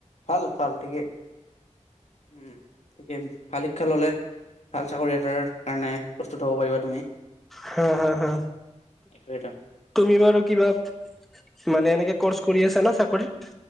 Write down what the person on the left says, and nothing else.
ভাল ভাল ঠিকে উম তাকে ভাল শিক্ষা ললে ভাল চাকৰি এটাৰ কাৰণে প্ৰস্তুত হ'ব পাৰিবা তুমি
এইটোৱেটো